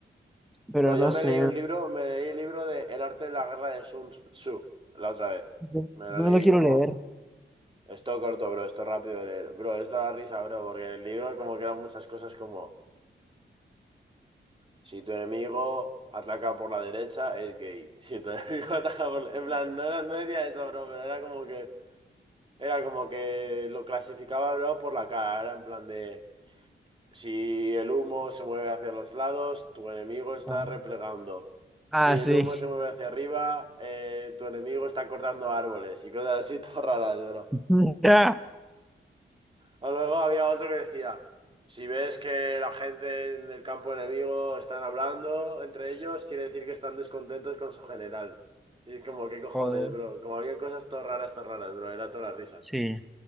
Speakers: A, in the centre; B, on the right.
A: Pero
B: Bro, yo
A: no
B: me
A: sé,
B: leí un libro, me leí el libro de El arte de la guerra de Sun Tzu la otra vez.
A: yo,
B: Me lo
A: yo
B: leí
A: me lo quiero
B: como,
A: leer.
B: esto corto, bro, esto rápido de leer. Bro, esto da risa, bro, porque en el libro como que eran muchas cosas como, si tu enemigo ataca por la derecha, es gay. Si tu <laughs> enemigo ataca por... la- En plan, no, era- no decía eso, bro, pero era como que, era como que lo clasificaba, bro, por la cara. Era en plan de... Si el humo se mueve hacia los lados, tu enemigo está
A: Ajá.
B: replegando.
A: Ah,
B: Si el
A: sí.
B: humo se mueve hacia arriba, eh, tu enemigo está cortando árboles y cosas así <laughs> todas raras, bro.
A: <laughs>
B: O luego había otro que decía, si ves que la gente en el campo enemigo están hablando entre ellos, quiere decir que están descontentos con su general. Y es como, ¿qué cojones,
A: Joder.
B: bro? Como había cosas todas raras, todas raras, bro. Era toda la risa.
A: Sí.